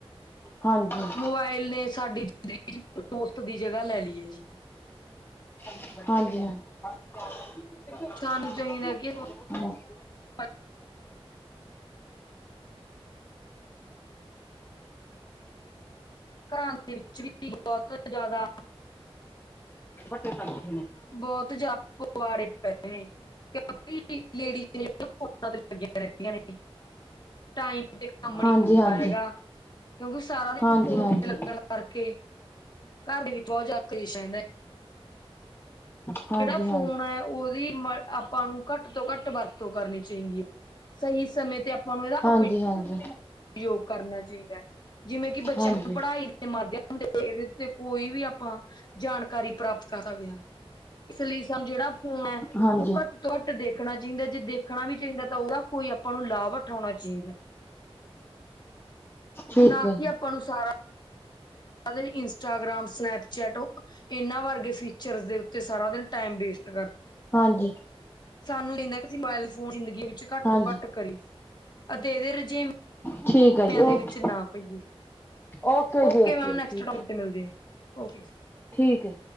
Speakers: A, on the left (about 20°); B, on the left (about 45°).
A: ਹਾਂਜੀ।
B: ਮੋਬਾਈਲ ਨੇ ਸਾਡੀ ਜ਼ਿੰਦਗੀ ਚ ਦੋਸਤ ਦੀ ਜਗ੍ਹਾ ਲੈ ਲਈ ਹੈ ਜੀ।
A: <inaudible>
B: ਸਾਨੂੰ ਚਾਹੀਦਾ ਕਿ <inaudible> <inaudible> ਘਰਾਂ ਦੇ ਵਿੱਚ ਵੀ ਬੋਤ ਜ਼ਿਆਦਾ।
A: ਬੇ ਪੱੇ <unintelligible>
B: ਬਹੁਤ ਜਿਆਦਾ ਪੁਆੜੇ ਪੈ ਨੇ ਕਿਉਂਕਿ ਲੇਡੀਜ਼ ਨੇ ਫੋਨਾਂ ਤੇ। ਲੱਗੀਆਂ ਰਹਿੰਦੀਆਂ ਨੇ ਟਾਈਮ। ਕੰਮ ਨੀ
A: ਹਾਂਜੀ।
B: ਹੁੰਦਾ ਹੈਗਾ ਕਿਉਂਕਿ ਸਾਰਾ
A: ਹਾਂਜੀ,
B: ਫੋਨ ਲੱਗਣਾ। ਕਰਕੇ ਘਰ ਦੇ ਵਿੱਚ ਬਹੁਤ ਜ਼ਿਆਦਾ ਕਲੇਸ਼ ਰਹਿੰਦਾ ਹੈ।
A: ਹਾਂਜੀ, ਹਾਂਜੀ,
B: ਜਿਹੜਾ ਫੋਨ ਹੈ ਉਹਦੀ। ਆਪਾਂ ਨੂੰ ਘੱਟ ਤੋਂ ਘੱਟ ਵਰਤੋਂ ਕਰਨੀ ਚਾਹੀਦੀ ਹੈ ਸਹੀ ਸਮੇਂ ਤੇ। ਨੂੰ ਇਹਦਾ
A: ਹਾਂਜੀ-ਹਾਂਜੀ।
B: ਉਪ- ਯੋਗ ਕਰਨਾ ਚਾਹੀਦਾ ਹੈ ਜਿਵੇਂ ਕਿ ਬੱਚਿਆਂ
A: ਹਾਂਜੀ,
B: ਨੂੰ ਪੜ੍ਹਾਈ ਦੇ ਮਾਧਿਅਮ ਤੇ। ਤੇ ਕੋਈ ਵੀ ਆਪਾਂ ਜਾਣਕਾਰੀ ਪ੍ਰਾਪਤ ਕਰ ਸਕਦੇ ਹਾਂ ਇਸ ਲਈ ਸਾਨੂੰ ਜਿਹੜਾ। ਹਮ
A: ਹਾਂਜੀ, ਹਾਂ
B: ਉਹ ਘੱਟ ਤੋਂ ਘੱਟ ਦੇਖਣਾ। ਜਿੰਦੇ ਜੀ ਦੇਖਣਾ ਵੀ ਚਾਹੀਦਾ ਤੋਂ ਉਹਦਾ ਕੋਈ ਆਪਾਂ ਨੂੰ ਲਾਭ ਉਠਾਉਣਾ ਚਾਹੀਦਾ।
A: ਠੀਕ
B: ਨਾ
A: ਹੈ
B: ਕਿ
A: ਜੀ,
B: ਆਪਾਂ ਨੂੰ ਸਾਰਾ। ਸਾਰਾ ਦਿਨ ਇੰਸਟਾਗ੍ਰਾਮ ਸਨੈਪਚੈਟ ਇਨਾਂ ਵਰਗੇ ਫੀਚਰ ਦੇ ਉੱਤੇ ਸਾਰਾ ਦਿਨ ਟਾਈਮ ਵੇਸਟ।
A: ਹਾਂਜੀ,
B: ਸਾਨੂੰ ਮੋਬਾਇਲ ਫੋਨ ਜ਼ਿੰਦਗੀ ਵਿੱਚ ਘੱਟ
A: ਹਾਂਜੀ।
B: ਤੋਂ ਘੱਟ ਕਰੀਏ। ਅਤੇ ਇਹਦੇ ਰਝੇ
A: ਠੀਕ ਹੈ ਜੀ
B: ਦੇ
A: ਓਕੇ
B: ਵਿੱਚ ਨਾ ਪਈਏ।
A: ਓਕੇ ਜੀ।
B: ਓੈੋ
A: ਓਕੇ ਠੀਕ ਹੈ
B: ਤੇ ਮਿਲਦੇਓ <inaudible>
A: ਠੀਕ ਹੈ।